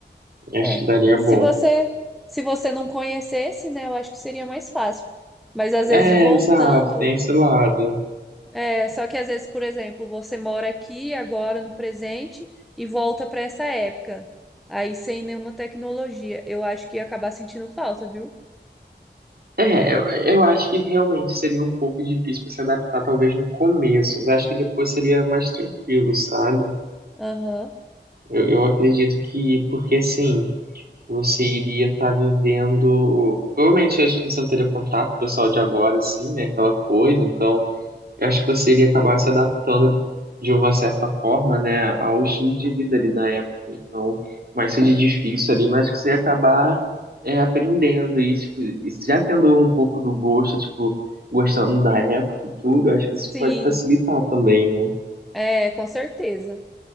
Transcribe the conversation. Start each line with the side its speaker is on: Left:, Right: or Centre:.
Right: Acho
Centre: É.
Right: que daria
Centre: Se
Right: bom.
Centre: você, se você não conhecesse, né, eu acho que seria mais fácil. Mas às
Right: É,
Centre: vezes voltando
Right: exato, tem esse lado.
Centre: É, só que às vezes, por exemplo, você mora aqui agora no presente e volta para essa época. Aí sem nenhuma tecnologia. Eu acho que ia acabar sentindo falta, viu?
Right: É, eu, eu acho que realmente seria um pouco difícil pra se adaptar, talvez no começo, mas acho que depois seria mais tranquilo, sabe?
Centre: Aham.
Right: Eu, eu acredito que, porque assim, você iria estar vivendo. Provavelmente acho que você não teria contato com o pessoal de agora, assim, né? Aquela coisa, então. Eu acho que você iria acabar se adaptando de uma certa forma, né, ao estilo de vida ali da época. Então, mais seja difícil ali, mas que você ia acabar é, aprendendo e, tipo, e já tendo um pouco do gosto, tipo, gostando da época e tudo, eu acho que
Centre: Sim,
Right: isso pode facilitar também, né?
Centre: é, com certeza.